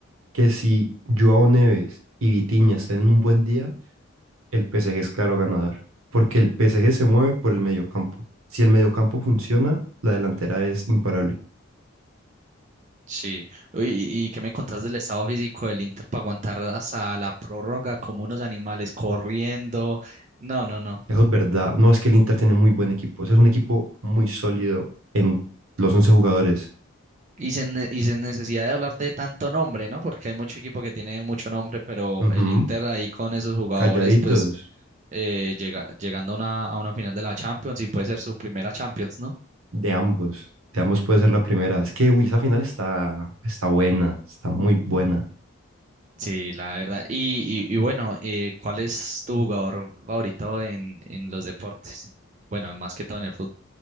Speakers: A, on the right (about 85°); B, on the right (about 35°).
A: que si Joao Neves y Vitinha están en un buen día, el PSG es claro ganador, porque el PSG se mueve por el mediocampo. Si el mediocampo funciona, la delantera es imparable.
B: Sí. Uy, ¿Y, y qué me contás del estado físico del Inter para aguantar hasta la prórroga como unos animales corriendo? No, no, no.
A: Eso es verdad. No es que el Inter tiene muy buen equipo. Ese es un equipo muy sólido en los once jugadores.
B: Y sin, ne- y sin necesidad de hablar de tanto nombre, ¿no? Porque hay mucho equipo que tiene mucho nombre, pero
A: Ujú,
B: el Inter ahí con esos jugadores,
A: Calladitos,
B: pues eh, llega, llegando a una, a una final de la Champions y puede ser su primera Champions, ¿no?
A: de ambos. De ambos puede ser la primera. Es que, uy, esa final está, está buena, está muy buena.
B: Sí, la verdad. Y, y, y bueno, eh, ¿cuál es tu jugador favorito en, en los deportes? Bueno, más que todo en el fútbol.